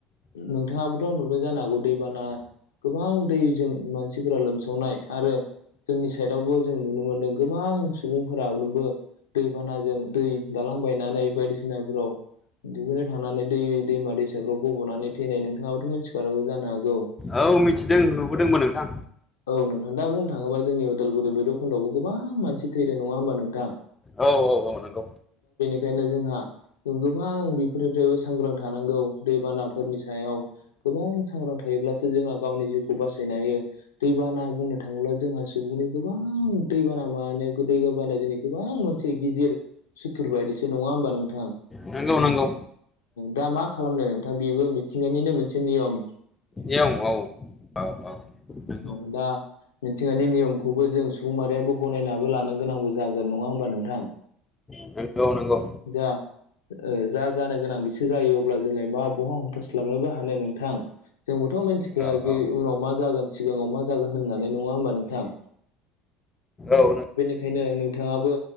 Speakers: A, on the left; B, on the left.
A: नोंथाङाबोथ' नुदों जानो हागौ दैबाना गोबां दैजों मानसिफोरा लोमसावनाय आरो। जोंनि साइदावबो जों नुनो मोन्दों गोबां सुबुंफोरानोबो दैबानाजों दै दालांबायनानै बायदिसिनाफोराव दुगैनो थांनानै दै दैमा दैसाफ्राव गब'नानै थैनाय नोंथाङाबोथ' मिथिखागांगौ जानो हागौ।
B: औ मिथिदों नुबोदोंमोन नोंथां।
A: औ नोंथां आं बुंनो थाङोबा जोंनि उदालगुरि भैरबखुन्दआवबोबां मानसि थैदों नङा होनोमबा नोंथां।
B: औ औ औ नंगौ।
A: बेखायनो जोंहा गोबां बेफोरनिफ्रायबो सांग्रां थानांगौ दैबानाफोरनि सायाव गोबां सांग्रां थायोब्लासो जोंहा गावनि जिउखौ बासायनो हायो दैबाना बुंनो थाङोब्ला जोंहा सुबुं गोबां दैबाना मा गोदै गोाबानो जोंनि गोबां मोनसे गिदिर सुथुर बायदिसो नङा होमबा नोंथां?
B: नांगौ नांगौ।
A: दा मा खालामनो नोंथां बेबो मिथिंगानिनो मोनसे नियम।
B: एं औ औ औ। नंगौ
A: औ दा। मिथिंगानि नियमखौबो जों सुबुं साहारियाबो गनायनाबो लानो गोनांबो जागोन नङा होनबा नोंथां?
B: नंगौ नंगौ।
A: जा जा जानो गोनां बिसोर जायो अब्ला जोंलाय मा बहा हमथास्लाबनोबो हानो नोंथां। जोंबोथ' मिथिखायााखि
B: औ औ नोंथांखौ आं
A: उनाव मा जागोन सिगाङाव मा जागोन होननानै नङा होमबा नोंथां।
B: औ नो
A: बेनिखायनो नोंथाङाबो